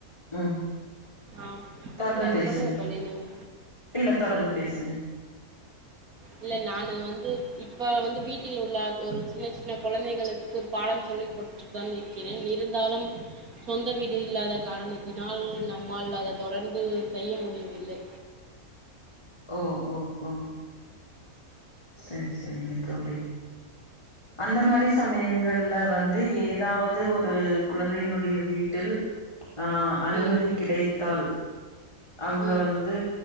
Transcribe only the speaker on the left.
உம்
தொரந்து
பேசுங்க
இல்ல தொடர்ந்து பேசுங்க
ஓ ஓ ஓ சரி சரிங்க தோழி அந்த மாரி சமயங்கள்ல வந்து ஏதாவது ஒரு குழந்தையினுடைய வீட்டில் ஆ அனுமதி
கிடைத்தால் அங்க
வந்து